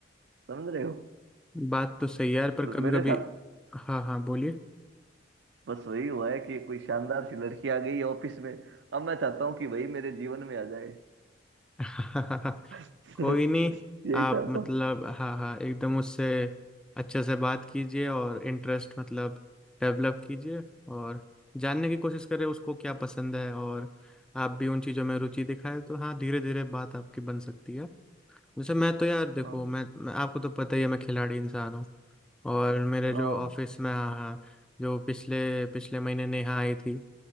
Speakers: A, on the right; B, in the centre.
A: समझ रहे हो
B: बात तो सही है यार पर
A: और
B: कभी
A: मेरे
B: कभी
A: साथ
B: हाँ हाँ बोलिए
A: बस वही हुआ है कि कोई शानदार सी लड़की आ गई है ऑफिस में अब मैं चाहता हूँ कि वही मेरे जीवन में आ जाए
B: <laughs>
A: <laughs>
B: कोई नहीं
A: यही
B: आप
A: चाहता
B: मतलब
A: हूँ
B: हाँ हाँ एकदम उससे अच्छे से बात कीजिए और इंटरेस्ट मतलब डेवलप कीजिए और जानने की कोशिश करें उसको क्या पसंद है और आप भी उन चीज़ों में रुचि दिखाएं तो हाँ धीरे धीरे बात आपकी बन सकती है जैसे मैं तो यार देखो
A: हाँ
B: मैं, मैं आपको तो पता ही है मैं खिलाड़ी इंसान हूँ और मेरे
A: हाँ
B: जो ऑफिस में हाँ हाँ जो पिछले पिछले महीने नेहा आई थी